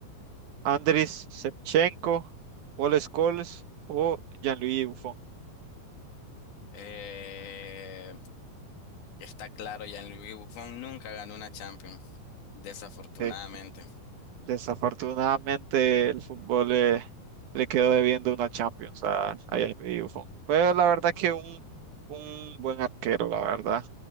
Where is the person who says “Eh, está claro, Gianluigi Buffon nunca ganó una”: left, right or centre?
Left